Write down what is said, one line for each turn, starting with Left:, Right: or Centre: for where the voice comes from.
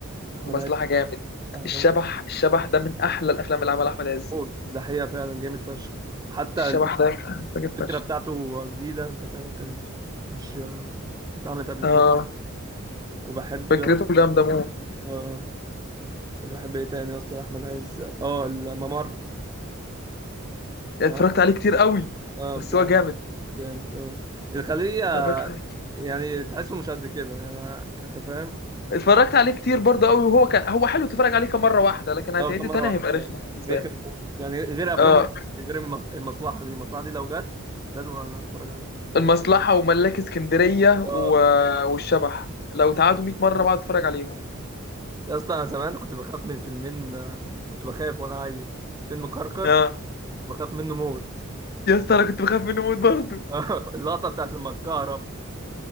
Right: احمد
Left: مصلحة
Right: عز
Left: جامد
Right: آه،
Left: الشبح الشبح ده من أحلى الأفلام اللي عملها أحمد عز
Right: آه. ده حقيقة فعلا جامد فشخ وحتى
Left: الشبح ده فاجر
Right: الفكرة
Left: فشخ
Right: بتاعته جديدة انت فاهم كانت مش مش آه، اتعملت قبل
Left: آه
Right: كده وبحب
Left: فكرته جامدة موت
Right: اه وبحب ايه تاني يا اسطى احمد عز اه الممر تمام
Left: اتفرجت عليه كتير قوي
Right: اه
Left: بس
Right: بتاع
Left: هو جامد
Right: جامد اه الخلية
Left: اتفرجت عليه
Right: يعني تحسه مش قد كده يعني انت فاهم
Left: اتفرجت عليه كتير برضه قوي وهو كان هو حلو تتفرج عليه كام مرة واحدة لكن هتعيده
Right: اه كم مرة
Left: تاني
Right: واحدة
Left: هيبقى
Right: اه
Left: رخم بالنسبة
Right: رخم
Left: لي
Right: موت. يعني غير افلامه
Left: آه
Right: غير المص- المصلحة دي المصلحة دي لو جت لازم انا اتفرج عليها
Left: المصلحة وملاك اسكندرية
Right: اه
Left: و... والشبح لو تعادوا 100 مرة بقعد اتفرج عليهم
Right: يا اسطى انا زمان كنت بخاف من فيلمين آه، كنت بخاف وانا عيل فيلم كركر
Left: آه
Right: بخاف منه موت
Left: يا اسطى انا كنت بخاف منه موت برضه
Right: <laughs> اللقطة بتاعت لما اتكهرب